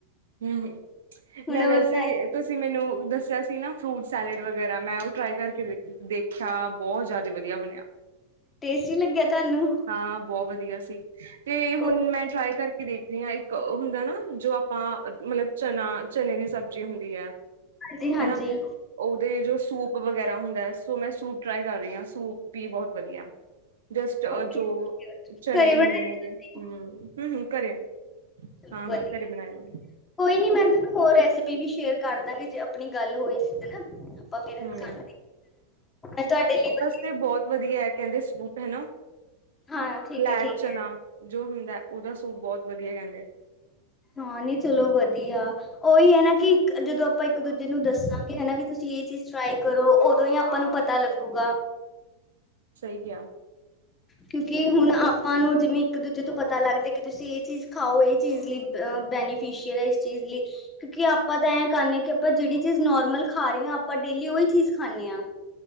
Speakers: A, on the right; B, on the left.
A: ਹੂ,
B: ਹੁਣ
A: ਮੈਂ
B: ਉਹ
A: ਵੈਸੇ
B: ਟਾਈਮ
A: ਤੁਸੀਂ ਮੈਨੂੰ ਦੱਸਿਆ ਸੀ। ਨਾ ਫਰੂਟ ਸੈਲਡ ਵਗੈਰਾ ਮੈਂ ਉਹ ਟਰਾਈ ਕਰਕੇ ਦੇਖਿਆ। ਦੇਖਿਆ, ਬਹੁਤ ਜਿਆਦਾ ਵਧੀਆ ਬਣਿਆ।
B: ਟੇਸਟੀ ਲੱਗਿਆ ਤੁਹਾਨੂੰ?
A: ਹਾਂ, ਬਹੁਤ ਵਧੀਆ ਸੀ। ਤੇ
B: ਹਾਂਜੀ
A: ਹੁਣ ਮੈਂ ਟਰਾਈ ਕਰਕੇ ਕਿ ਦੇਖਦੀ ਹਾਂ। ਇੱਕ ਹੁੰਦਾ ਨਾ ਜੋ ਆਪਾਂ ਮਤਲਬ ਚਨਾ ਚਨੇ ਦੀ ਸਬਜ਼ੀ ਹੁੰਦੀ ਹੈ।
B: ਹਾਂਜੀ-ਹਾਂਜੀ।
A: ਹਨਾ ਉਹਦੇ ਜੋ ਸੂਪ ਵਗੈਰਾ ਹੁੰਦਾ ਹੈ। ਸੋ ਮੈਂ ਸੂਪ ਟਰਾਈ ਕਰ ਰਹੀ ਹਾਂ। ਸੂਪ ਵੀ ਬਹੁਤ ਵਧੀਆ। ਜਸਟ,
B: ਓਕੇ
A: ਜੋ ਚਣੇ
B: ਘਰੇ
A: ਹੁੰਦੇ
B: ਬਣਾਇਆ
A: ਨੇ। ਹੈਗੇ
B: ਤੁਸੀਂ
A: <inaudible> ਘਰੇ
B: ਚਲੋ
A: ਹਾਂ-ਹਾਂ,
B: ਵਧੀਆ
A: ਘਰੇ ਬਣਾਗੇ।
B: ਕੋਈ ਨੀ, ਮੈਂ ਤੈਨੂੰ ਹੋਰ ਰੈਸਪੀ ਵੀ ਸ਼ੇਅਰ ਕਰ ਦਾਂਗੀ। ਜੇ ਆਪਣੀ ਗੱਲ ਹੋਈ ਸੀ। ਆਪਾਂ, ਫੇਰ
A: ਹਮ
B: ਮੈਂ ਤੁਹਾਡੇ ਲਈ ਵਧੀਆ
A: ਤੇ ਬਹੁਤ ਵਧੀਆ ਹੈ। ਕਹਿੰਦੇ ਸੂਪ ਹਨਾ
B: ਹਾਂ ਠੀਕ
A: ਲੈਕ
B: ਹੈ ਠੀਕ
A: ਚਨਾ
B: ਹੈ
A: ਜੋ ਹੁੰਦਾ ਉਹਦਾ ਸੋਪ ਬਹੁਤ ਵਧੀਆ ਕਹਿੰਦੇ‌‌।
B: ਹਾਂ, ਨਹੀਂ ਚਲੋ ਵਧੀਆ। ਉਹੀ ਹੈ, ਨਾ ਕਿ ਜਦੋਂ ਆਪਾਂ ਇੱਕ ਦੂਜੇ ਨੂੰ ਦੱਸਾਂਗੇ ਹਨਾ। ਵੀ ਤੁਸੀਂ ਇਹ ਚੀਜ਼ ਟਰਾਈ ਕਰੋ। ਉਦੋਂ ਹੀ ਆਪਾਂ ਨੂੰ ਪਤਾ ਪਤਾ ਲੱਗੇਗਾ।
A: ਸਹੀ ਕਿਹਾ।
B: ਕਿਉਂਕਿ, ਹੁਣ ਆਪਾਂ ਨੂੰ ਜਿਵੇਂ ਇੱਕ ਦੂਜੇ ਤੋਂ ਪਤਾ ਲੱਗਦਾ। ਕਿ ਤੁਸੀਂ ਇਹ ਚੀਜ਼ ਖਾਓ ਇਹ ਚੀਜ਼ ਲਈ ਬੈਨੀ ਇਸ ਚੀਜ਼ ਲਈ ਕਿਉਂਕਿ, ਆਪਾਂ ਤਾਂ ਐਂ ਕਰਦੇ ਹਾਂ। ਕਿ ਆਪਾਂ ਜਿਹੜੀ ਚੀਜ਼ ਨੋਰਮਲ ਖਾ ਰਹੇ ਹਾਂ। ਆਪਾਂ ਆਪਾਂ ਡੇਲੀ ਉਹੀ ਚੀਜ਼ ਖਾਂਦੇ ਹਾਂ‌।